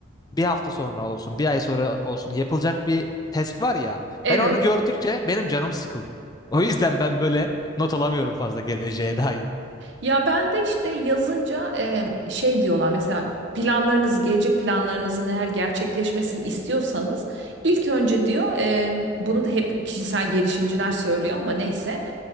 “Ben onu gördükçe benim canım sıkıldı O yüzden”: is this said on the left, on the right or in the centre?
Left